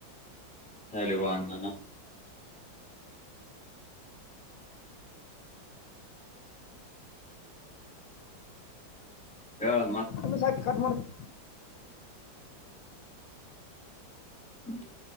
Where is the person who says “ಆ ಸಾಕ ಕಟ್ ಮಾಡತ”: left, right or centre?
Left